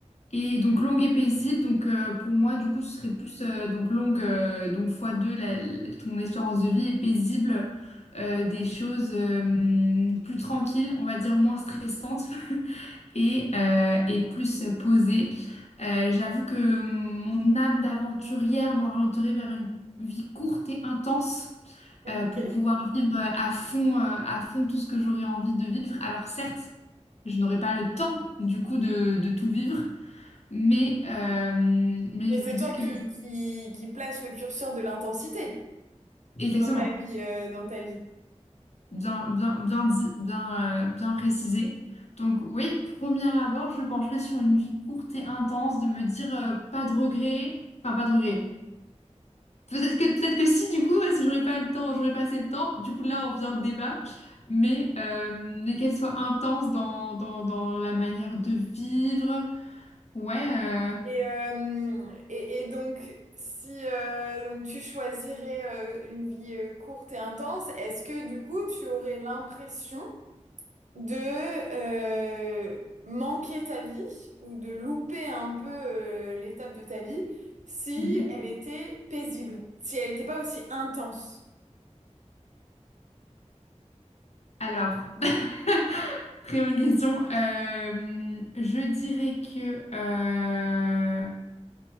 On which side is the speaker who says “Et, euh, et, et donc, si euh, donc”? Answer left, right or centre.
Right